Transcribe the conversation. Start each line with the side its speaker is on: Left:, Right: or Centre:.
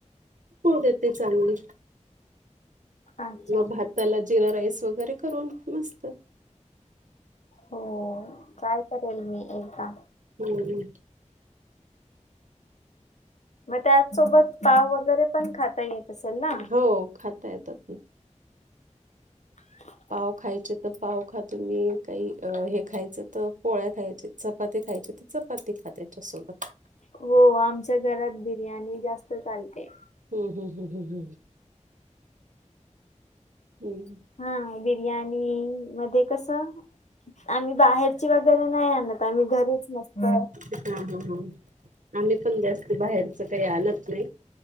Right: देते चांगली
Left: अच्छा
Right: भ त्याला जिरा राईस वगैरे करून मस्त
Left: हो ट्राय करेल मी एकदा
Right: हम्
Left: मग त्याच सोबत पाव वगैरे पण खाता येत असेल ना
Right: हो खाता येतात
Left: ह
Right: पाव खायचे तर पाव खातो मी काही हे खायचं तर पोळ्या खायचे चपाती खायचे तर चपाती खाते त्यासबत
Left: हो आमच्या घरात बिर्याणी जास्त चालते
Right: हम् हम हम हम् हम् हम्
Left: हा बिर्याणी मध्ये कस आम्ही बाहेरची वगैरे नाही आणत आ म घरीच नसत
Right: हा हा हा ह आम्ही पण जास्त बाहेरच काही आणत नाही